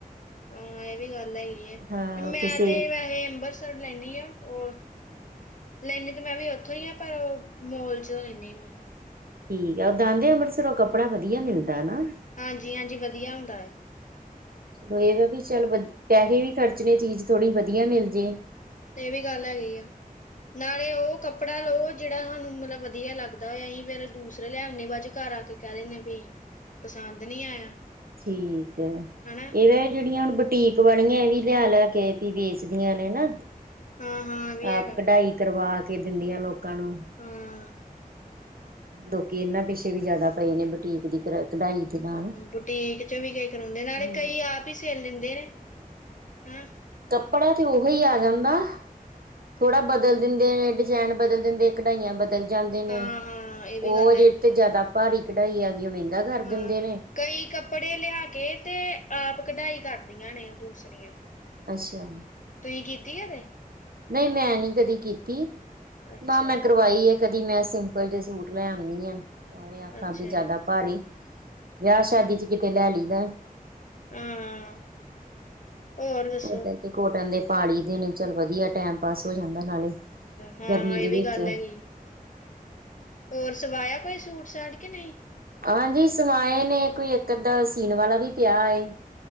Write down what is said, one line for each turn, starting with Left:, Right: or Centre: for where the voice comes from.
Left: ਇਹ ਵੀ ਗੱਲ ਹੈਗੀ ਐ,
Right: ਹਾਂ
Left: ਮੈਂ
Right: ਉੱਥੇ ਸੇ
Left: ਤੇ ਵੈਸੇ ਅੰਬਰ ਸਰੋਂ ਲੈਂਨੀ ਹਾਂ ਉਹਰ ਲੈਂਣੀ ਤੇ ਮੈਂ ਵੀ ਉਥੋਂ ਹੀ ਆ ਪਰ ਮੋਲ ਚੋਂ ਲੈਣੀ ਆਂ ਮੈਂ
Right: ਠੀਕ ਐ, ਉਦਾਂ ਤੇ ਅੰਮ੍ਰਿਤਸਰੋਂ ਕੱਪੜਾ ਵਧੀਆ ਮਿਲਦਾ ਨਾ।
Left: ਹਾਂਜੀ, ਹਾਂਜੀ ਵਧੀਆ ਹੁੰਦਾ ਐ।
Right: ਉਹ ਏ ਐ ਵੀ ਚਲ ਵੱਧ, ਪੈਸੇ ਵੀ ਖਰਚਣੇ ਚੀਜ਼ ਥੋੜੀ ਵਧੀਆ ਮਿਲ ਜੇ।
Left: ਇਹ ਵੀ ਗੱਲ ਹੈਗੀ ਆ। ਨਾਲੇ ਉਹ ਕੱਪੜਾ ਲਓ ਜਿਹੜਾ ਅਹਨੂੰ ਮਤਲਬ ਵਧੀਆ ਲੱਗਦਾ ਹੋ ਆਹੀ ਫੇਰ ਦੂਸਰੇ ਲੇ ਆਉਣੇ ਬਾਚੋਂ ਕਾਰ ਆ ਕੇ ਕਹਿ ਦਿੰਦੇ ਵੀ ਪਸੰਦ ਨਹੀਂ ਆਇਆ
Right: ਠੀਕ ਐ,
Left: ਹਨਾ
Right: ਇਹਦਾ ਜਿਹੜੀਆਂ ਹੁਣ ਬੁਟੀਕ ਵਾਲਣੀਆਂ ਇਹ ਵੀ ਲਿਆ ਲਿਆ ਕੇ ਵੀ ਵੇਚਦੀਆਂ ਨੇ ਨਾ।
Left: ਹਾਂ ਹਾਂ ਇਹ ਵੀ
Right: ਆਪ
Left: ਹੈਗਾ
Right: ਕਢਾਈ
Left: ਵਾ
Right: ਕਰਵਾ ਕੇ ਦਿੰਦੀਆਂ ਲੋਕਾਂ ਨੂੰ।
Left: ਹਾਂ
Right: ਲੋਕੀ ਇਹਨਾਂ ਪਿੱਛੇ ਵੀ ਜ਼ਿਆਦਾ ਪਏ ਨੇ ਬੁਟੀਕ ਦੀ। ਕਢਾਈ ਦੇ ਨਾਲ।
Left: ਬੁਟੀਕ ਚ ਵੀ ਗਏ ਕਰਾਉਂਦੇ, ਨਾਲੇ
Right: ਹੂੰ।
Left: ਕਈ ਆਪ ਹੀ ਸਿਲ ਲੈਂਦੇ ਨੇ। ਹੈਂ
Right: ਕੱਪੜਾ ਤਾ ਉਹੀ ਆ ਜਾਂਦਾ। ਥੋੜਾ ਬਦਲ ਦਿੰਦੇ ਨੇ ਡਿਜ਼ਾਇਨ ਬਦਲ ਦਿੰਦੇ, ਕਢਾਈਆਂ ਬਦਲ ਜਾਂਦੇ ਨੇ
Left: ਹਾਂ ਹਾਂ ਇਹ
Right: ਉਹ
Left: ਵੀ ਗੱਲ
Right: ਅਜੇ
Left: ਹੈਗੀ
Right: ਤੇ ਜਿਆਦਾ
Left: ਆ
Right: ਭਾਰੀ ਕਢਾਈ ਆ ਗਈ ਮਹਿੰਗਾ ਕਰ ਦਿੰਦੇ
Left: ਹਾਂ
Right: ਨੇ।
Left: ਕਈ ਕੱਪੜੇ ਲਿਆ ਕੇ ਤੇ ਆਪ ਕਢਾਈ ਕਰਦੀਆਂ ਨੇ ਦੂਸਰੀਆਂ।
Right: ਅੱਛਾ।
Left: ਤੁਹੀ ਕੀਤੀ ਆ ਕਦੇ?
Right: ਨਈ ਮੈਂ ਨੀ ਕਦੇ ਕੀਤੀ,
Left: ਅੱਛਾ
Right: ਨਾ ਮੈਂ ਕਰਵਾਈ ਏ। ਤਦੀ ਮੈਂ ਸਿੰਪਲ ਜੇ ਸੂਟ ਲੈ ਨੀ ਆ। ਔਵੇਂ ਆਖਾਂ
Left: ਅੱਛਾ
Right: ਕਿ ਜਾਦਾ ਭਾਰੀ ਵਿਆ ਸ਼ਾਦੀ 'ਚ ਕਿਤੇ ਲੈ ਲੀ ਦੈ।
Left: ਹਾਂ, ਔਰ ਦੱਸੋ।
Right: ਓਦਾਂ ਤੇ ਕੋਟਨ ਦੇ ਪਾ ਲਈ ਦੇ ਨੇ ਚਲ ਵਧੀਐ ਟਾਈਮ ਪਾਸ ਹੋ ਜਾਂਦੈ ਨਾਲੇ।
Left: ਹਾਂ,
Right: ਗਰਮੀ
Left: ਏ
Right: ਦੇ
Left: ਵੀ
Right: ਵਿੱਚ।
Left: ਗੱਲ ਹੈਗੀ। ਹੋਰ ਸਵਾਇਆ ਕੋਈ ਸੂਟ-ਸਾਟ ਕੇ ਨਈ।
Right: ਹਾਂ ਜੀ ਸਮਾਏ ਨੇ। ਕੋਈ ਇੱਕ ਅੱਧਾ ਸੀਨ ਵਾਲਾ ਵੀ ਪਿਆ ਏ।